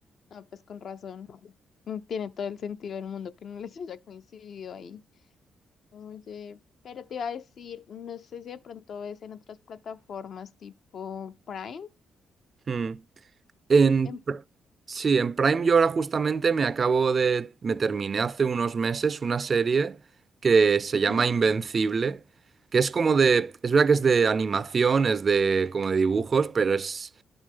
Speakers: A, on the left; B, on the right.
A: Ah, pues con razón. No Tiene todo el sentido del mundo que no les haya coincidido ahí. Oye, pero te iba a decir, no sé si de pronto ves en otras plataformas tipo Prime.
B: Mm. En,
A: En-
B: pr- sí, en Prime yo ahora justamente me acabo de, me terminé hace unos meses una serie que se
A: Ujú.
B: llama Invencible, que es como de, es verdad que es de animación, es de como de dibujos, pero es,